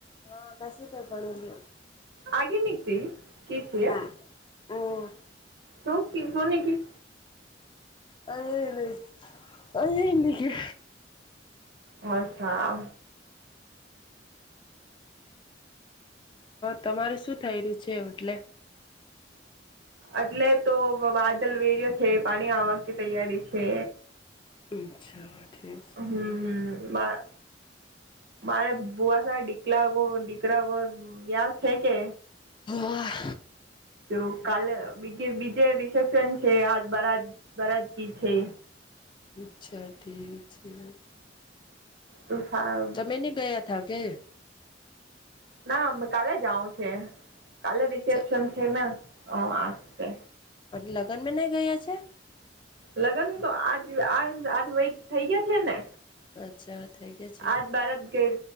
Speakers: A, on the left (about 25°); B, on the right (about 65°).
A: હા દશવી તો ભણી લું.
B: આગે નકથી કે છીએ.
A: હમ
B: શું <unintelligible> કી.
A: અરે રે, અરે લે.
B: હચ્છા.
A: તમારે શું થઈ રહ્યું છે ઓટલે?
B: એટલે તો વાદલ વેર્યો છે પાણી આવક ની તૈયારી છે.
A: અચ્છા. ઠીક
B: હમ્મ,
A: છે
B: બા મારે બુવા સા દીકલા દીકરા્યા છે કે?
A: વાહ.
B: તો કાલે બીજે બીજે રિસેપ્શન છે આ બરા બરાદગી છે.
A: અચ્છા ઠીક છે.
B: તોફા
A: તમે નહી ગયા થા કે?
B: ના કાલે જાઉં છે. કાલે
A: અચ્છા
B: રિસેપ્શન છે ને. હા આ છે.
A: અને લગ્નમાં નઈ ગયા છે?
B: લગ્ન તો આજ આ આજ વય થઈ ગયા છે ને?
A: અચ્છા. થઈ ગયા
B: આજ
A: છે
B: બારત ગર